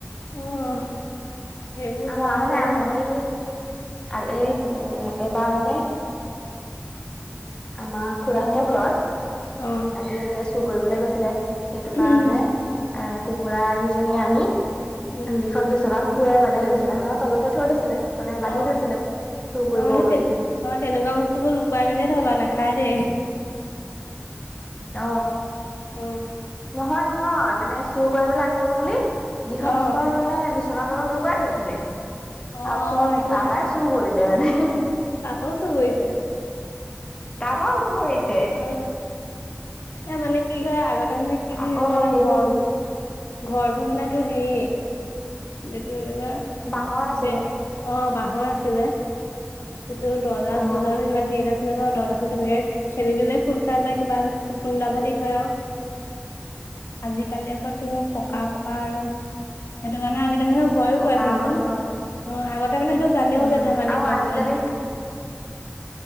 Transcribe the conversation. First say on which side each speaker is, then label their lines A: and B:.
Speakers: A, on the left; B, on the left.
A: অ' সেইবোৰ
B: আ মান
A: ভাল আছিলে
B: আজ
A: ন
B: কালি আ এই বাৰ মানে আমাৰ খুৰাহঁতৰ ঘৰত
A: অ'
B: ৰাতি এনেকে চুৰ কৰিবলৈ গৈছিলে। সেইটো
A: উম
B: কাৰণে এ কুকুৰা যিজনী আনি
A: উম
B: যিখন বিচনা কুুৱে মানে হহে তলতে থৈ দিছিলে। মানে বান্ধি
A: অ,
B: থৈছিলে চুৰ কৰিব
A: অ, সেই
B: বুলি
A: তে তেনেকুৱা বস্তু বোৰ লুকুৱাই মেলি থব লাগে। খাৰে
B: অ,
A: অ'
B: নহয় নহয় মানে চুৰ কৰিবলৈ আহিব বুলি গৃহস্থই
A: অ'
B: মানে বিচনা তলত লুকুৱাই থৈছিল,
A: অ'
B: তাৰপিছত
A: অ' সেইটো কথা
B: ত পৰাই চুৰ কৰিলে। মানে। <unintelligible>
A: তাৰ পৰাও চুৰ কৰিছে
B: তাৰপাও চোৰ কৰি আহিছে।
A: অ, এ মানে কি হয় আগতে মানে কি
B: আকৌ
A: মানে
B: হেৰি
A: ঘৰৰ- ঘৰবোৰ মান তো সেইয়। <inaudible>
B: বাঁহৰ আছিলে
A: বে, অ 'বাঁহৰ আছিলে। তোৰ দৰজা-চৰজা
B: অ
A: ও ইমান হেৰি নাছিলে ন। দৰজা তেনেকে ঠেলি দিলে খোল খাই যায় কিবা খুন্দা হে দি থয় আও। আজিকালি আকৌ তো পকা পকা আৰু সেইটো কাৰণে আজ সনেৰে ভয়ো
B: পকা
A: কৰে চাবি চোন।
B: ঘৰ হ'ল
A: অ, আগত তাৰ মানে সেটো জানেও
B: উম
A: যে ধেমালি
B: আৰু
A: কৰে
B: আজিকালি
A: বুলি <unintelligible>